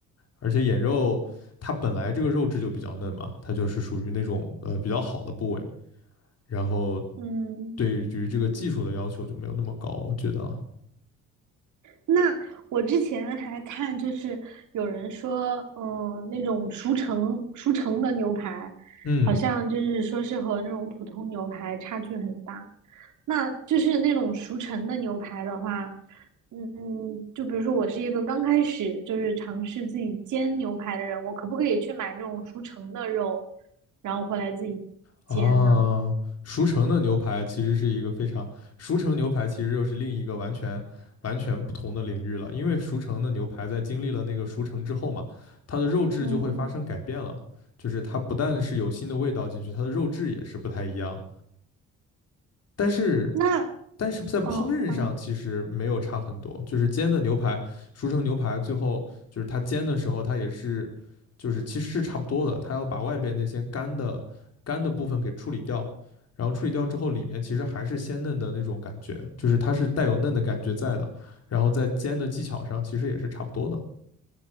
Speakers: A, on the left; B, on the right.
A: 而且眼肉它本来这个肉质就比较嫩嘛，它就是属于那种呃比较好的部位，然后
B: 嗯，
A: 对于这个技术的要求就没有那么高，我觉得啊，
B: 那我之前还看，就是有人说，嗯、那种熟成熟成的牛排，
A: 嗯。
B: 好像就是说是和那种普通牛排差距很大。那就是那种熟成的牛排的话，嗯嗯就比如说我是一个刚开始就是尝试自己煎牛排的人，我可不可以去买那种熟成的肉，然后回来自己煎呢？
A: 啊，熟成的牛排其实是一个非常，熟成牛排其实又是另一个完全完全不同的领域了，因为熟成的牛排在经历了那个熟成之后嘛，它的肉质就会发生改变了，
B: 嗯，
A: 就是它不但是有新的味道进去，它的肉质也是不太一样。但是
B: 那
A: 但是在烹饪上其实没有差很多，
B: 哦哦
A: 就是煎的牛排，熟成牛排最后就是它煎的时候，它也是，就是其实是差不多的，它要把外边那些干的干的部分给处理掉，然后处理掉之后，里面其实还是鲜嫩的那种感觉，就是它是带有嫩的感觉在的，然后在煎的技巧上其实也是差不多的。